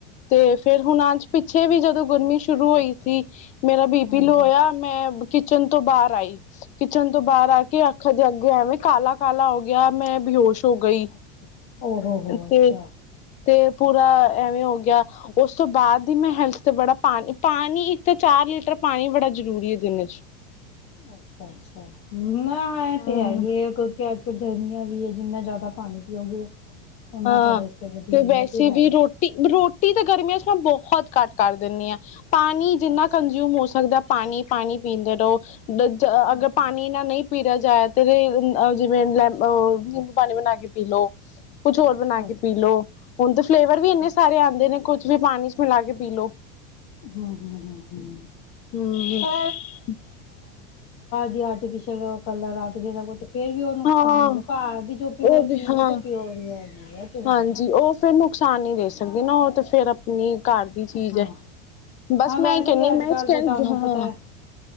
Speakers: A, on the left; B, on the left.
A: ਤੇ ਫੇਰ ਹੁਣ ਅੱਜ ਪਿੱਛੇ ਵੀ ਜਦੋਂ ਗਰਮੀ ਸ਼ੁਰੂ ਹੋਈ ਸੀ ਮੇਰਾ ਬੀ
B: ਹਾਂਜੀ
A: ਪੀ ਲੋ ਹੋਇਆ ਮੈਂ ਕਿਚਨ ਤੋਂ ਬਾਹਰ ਆਈ ਕਿਚਨ ਤੋਂ ਬਾਹਰ ਆ ਕੇ ਅੱਖਾਂ ਦੇ ਅੱਗੇ ਐਵੇਂ ਕਾਲਾ ਕਾਲਾ ਹੋ ਗਿਆ ਮੈਂ ਬੇਹੋਸ਼ ਹੋ ਗਈ
B: ਅੱਛਾ ਓ ਹੋ ਹੋ
A: ਤੇ
B: ਅੱਛਾ
A: ਤੇ ਪੂਰਾ ਐਵੇਂ ਹੋ ਗਿਆ ਉਸ ਤੋਂ ਬਾਅਦ ਹੀ ਮੈਂ ਹੈਲਥ ਤੇ ਬੜਾ ਪਾਣੀ ਪਾਣੀ ਇੱਕ ਚਾਰ ਲੀਟਰ ਪਾਣੀ ਬੜਾ ਜ਼ਰੂਰੀ ਹੈ ਦਿਨ ਚ
B: ਅੱਛਾ ਅੱਛਾ ਨਾ ਇਹ ਤੇ
A: ਹਾਂ
B: ਹੈ ਹੀ ਹੈ। ਗਰਮੀਆਂ ਵੀ ਹੈ ਜਿੰਨਾ ਜ਼ਿਆਦਾ ਪਾਣੀ ਪੀਓਗੇ ਓਨਾ
A: ਹਾਂ
B: ਤੁਹਾਡੇ ਵਾਸਤੇ ਵਧੀਆ
A: ਤੇ ਵੈਸੇ
B: ਹੈ ਹੈ
A: ਵੀ
B: ਹੀ
A: ਰੋਟੀ ਰੋਟੀ ਤਾਂ ਗਰਮੀਆਂ ਮੈਂ ਬਹੁਤ ਘੱਟ ਕਰ ਦਿੰਦੀ ਹਾਂ ਪਾਣੀ ਜਿੰਨਾ
B: ਅੱਛਾ
A: ਕੰਜ਼ਿਊਮ
B: ਅੱਛਾ
A: ਹੋ ਸਕਦਾ ਪਾਣੀ ਪਾਣੀ ਪੀਂਦੇ ਰਹੋ ਅਗਰ
B: ਅੱਛਾ
A: ਪਾਣੀ ਨਾ ਪੀ ਰਿਹਾ ਜਾਵੇ ਤੇ ਜਿਵੇਂ ਲੈ ਓ ਨਿੰਬੂ ਪਾਣੀ ਬਣਾ ਕੇ ਪੀ ਲਓ ਕੁਛ ਹੋਰ ਬਣਾ ਕੇ
B: ਅੱਛਾ
A: ਪੀ
B: ਅੱਛਾ
A: ਲਓ ਹੁਣ ਤੇ ਫਲੇਵਰ ਵੀ ਇੰਨੇ
B: ਅੱਛਾ
A: ਸਾਰੇ ਆਉਂਦੇ ਨੇ ਕੁਛ ਵੀ ਪਾਣੀ ਚ ਮਿਲਾ ਕੇ ਪੀ ਲਓ
B: ਹਮ ਹਮ ਹਮ ਹਮ
A: ਹਮ
B: ਪਰ ਆਰਟੀਫਿਸ਼ਅਲ ਕਲਰ ਆਰਟੀਫਿਲ ਕੁ <unintelligible> ਫੇਰ ਵੀ ਉਹ ਨੁਕਸਾਨ
A: ਹਾਂ
B: ਹੀ ਘਰ ਦੀ ਜੋ ਪਿਓਰ
A: ਉਹ ਵੀ
B: ਚੀਜ਼
A: ਹਾਂ
B: ਹੈ ਤੇ ਪਿਓਰ ਹੀ ਹੈਗੀ ਹੈ ਤੇ
A: ਹਾਂਜੀ
B: ਹੈ ਨਾ
A: ਉਹ ਫੇਰ ਮੁ ਨੁਕਸਾਨ ਨਹੀਂ ਦੇ ਸਕਦੀ ਨਾ ਉਹ ਤੇ ਫੇਰ ਆਪਣੀ ਘਰ ਦੀ ਚੀਜ਼
B: ਹਾਂ
A: ਹੈ ਬਸ
B: ਹਾਂ
A: ਮੈਂ
B: ਵੈਸੇ
A: ਇਹ ਕਹਿੰਣੀ
B: ਵੀ
A: ਹਾਂ
B: ਅੱਜ
A: ਮੈਂ
B: ਕੱਲ੍ਹ
A: ਕਹਿ
B: ਤੇ ਤੁਹਾਨੂੰ
A: ਹਾਂ
B: ਪਤਾ ਹੈ